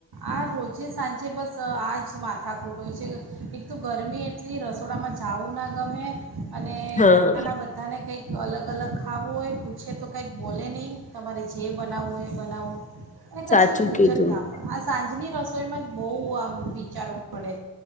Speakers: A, on the right; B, on the left.
A: આ રોજ જ સાંજે બસ આજ મા થઠાકોુટ હોય છે એક તો ગરમી એટલી રસોડામાં ચઉના ગમે અને
B: હા
A: ઘરના બધાને કઈક અલગ અલગ ખાવું હોય છે તો કંઈક બોલે નહીં તમારે જે બનાવવો એ બનાવો અને કશું
B: સાચું
A: સૂજ
B: કીધું
A: જ નાામ આ સાંજની રસોઈમાં જ બહુ આમ વિચારો ડે